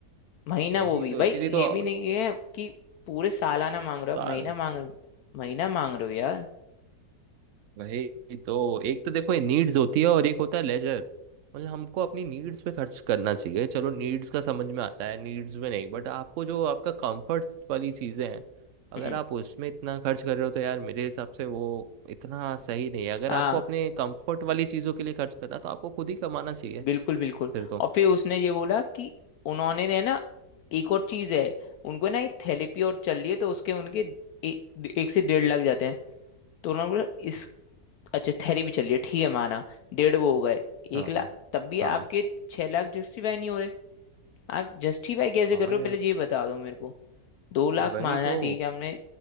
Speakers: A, on the left; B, on the right.
A: महीना
B: वही
A: वो भी
B: तो
A: भाई
B: इतनी
A: ये
B: तो
A: भी नहीं है कि पूरे सालाना मांग
B: साल
A: रहे हो आप महीना मांग महीना मांग रहे हो यार
B: वही तो एक तो देखो ये नीड्स होती है और एक होता है लेजर मतलब हमको अपनी नीड्स पे खर्च करना चाहिए चलो नीड्स का समझ में आता है नीड्स में नहीं बट आपको जो आपका कंफर्ट वाली चीज़ें हैं अगर
A: हम्म
B: आप उसमें इतना खर्च कर रहे हो तो यार मेरे हिसाब से वो इतना सही नहीं है अगर
A: हाँ
B: आपको अपने कंफर्ट वाली चीज़ों के लिए खर्च करना तो आपको खुद ही कमाना चाहिए
A: बिल्कुल बिल्कुल
B: फिर तो
A: और फिर उसने ये बोला कि उन्होंने ने ना एक और चीज है उनको ना एक थेरेपी और चल रही है तो उसके उनके ए, एक से डेढ़ लाख जाते हैं तो उन्होंने बोला इस अच्छा थेरेपी चल रही है ठीक है माना डेढ़ वो हो गए
B: हाँ
A: एक लाख
B: हाँ
A: तब भी
B: हाँ
A: आपके छह लाख जस्टिफाई नहीं हो रहे आप जस्टिफाई कैसे
B: हाँ
A: कर रहे हो
B: यार
A: पहले ये बता दो मेरे को दो लाख
B: वही
A: माना
B: तो
A: ठीक है हमने